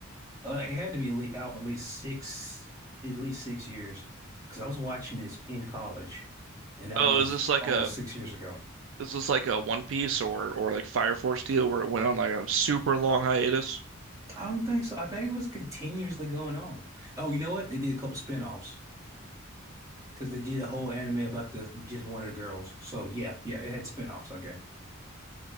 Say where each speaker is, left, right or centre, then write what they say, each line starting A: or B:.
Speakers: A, on the right; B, on the right.
A: uh, it had to be le- out for at least six, at least six years, because I was watching this in college, and that
B: Oh,
A: was
B: is this like
A: almost
B: a
A: six years ago.
B: is this like a One Piece or or like Fire Force deal where it went on like a super long hiatus?
A: I don't think so. I think it was continuously going on. Oh, you know what? They did a couple spin-offs. because they did a whole anime about the just one of the girls. So yeah, yeah, it had spinoffs. Okay.